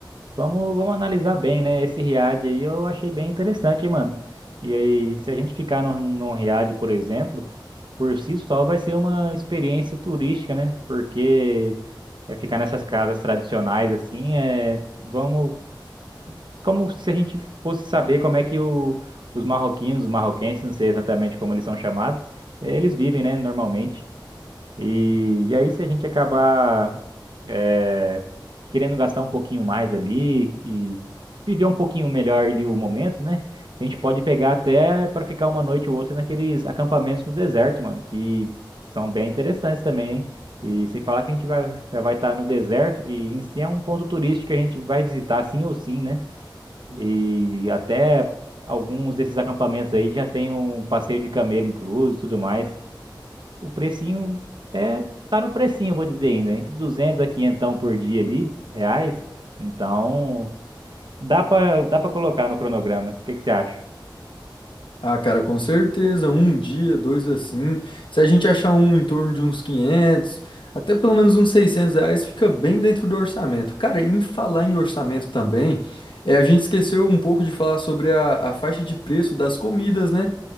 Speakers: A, on the right; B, on the left.
A: vamos, vamos analisar bem, né? Esse Riad aí eu achei bem interessante, hein, mano. E aí, se a gente ficar num, num Riad, por exemplo, por si só vai ser uma experiência turística, né? Porque é ficar nessas casas tradicionais, assim, é, vamos como se a gente fosse saber como é que o, os marroquinos, os marroquenses, não sei exatamente como eles são chamados, eh, eles vivem, né, normalmente. E, e aí, se a gente acabar eh, querendo gastar um pouquinho mais ali e viver um pouquinho melhor ali o momento, né? A gente pode pegar até para ficar uma noite ou outra naqueles acampamentos no deserto, mano, que são bem interessantes também, hein? E sem falar que a gente vai, já vai estar no deserto, que em si é um ponto turístico que a gente vai visitar sim ou sim, né? E até alguns desses acampamentos aí já tem um passeio de camelo incluso e tudo mais. O precinho é tá no precinho, eu vou dizer ainda, entre 200 a 500 por dia ali, reais. Então, dá pra dá para colocar no cronograma. O que que você acha?
B: Ah, cara, com certeza, um dia, dois assim. Se a gente achar um em torno de uns 500, até pelo menos uns 600 reais, fica bem dentro do orçamento. Cara, em falar em orçamento também, é, a gente esqueceu um pouco de falar sobre a, a faixa de preço das comidas, né?